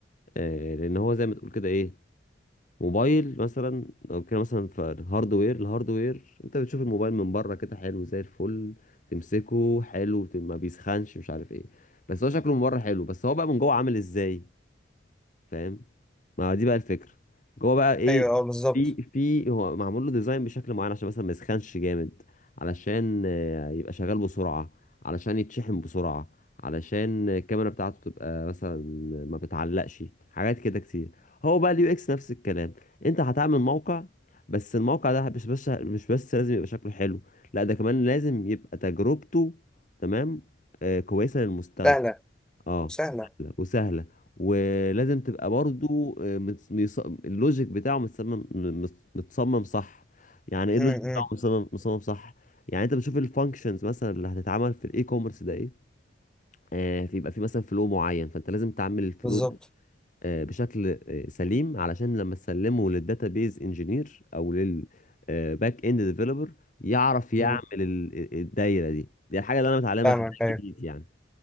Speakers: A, on the left; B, in the centre.
A: آه لان هو زي ما تقول كده ايه موبايل مثلا لو كده مثلا في الهاردوير الهاردوير انت بتشوف الموبايل من بره كده حلو زي الفل تمسكه حلو ما بيسخنش مش عارف ايه بس هو شكله من بره حلو بس هو بقى من جوه عامل ازاي فاهم ما هو دي بقى الفكره جوه بقى ايه
B: ايوه اه بالظبط
A: في في هو معمول له ديزاين بشكل معين عشان مثلا ما يسخنش جامد علشان آه، يبقى شغال بسرعه علشان يتشحن بسرعه علشان الكاميرا بتاعته تبقى مثلا ما بتعلقش حاجات كده كتير هو بقى اليو اكس نفس الكلام انت هتعمل موقع بس الموقع ده مش بس مش بس لازم يبقى شكله حلو لا ده كمان لازم يبقى تجربته تمام آه كويسه للمستخدم
B: سهله
A: اه
B: وسهله
A: سهلة وسهلة ولازم تبقى برضو آه، متص- ميص- اللوجيك بتاعه متصمم م- متص- متصمم صح يعني ايه اللوجيك
B: م- م.
A: بتاعه متصمم متصمم صح يعني انت بتشوف الفانكشنز مثلا اللي هتتعمل في الاي كوميرس ده ايه آه فيبقى في مثلا فلو معين فانت لازم تعمل الفلو
B: بالظبط
A: ده آه بشكل آه سليم علشان لما تسلمه للداتابيز انجينير او للباك اند ديفلوبر يعرف يعمل
B: مم.
A: ال- الدايره دي دي الحاجه اللي انا متعلمها
B: فاهمك
A: حاجات
B: ايوه
A: جديد يعني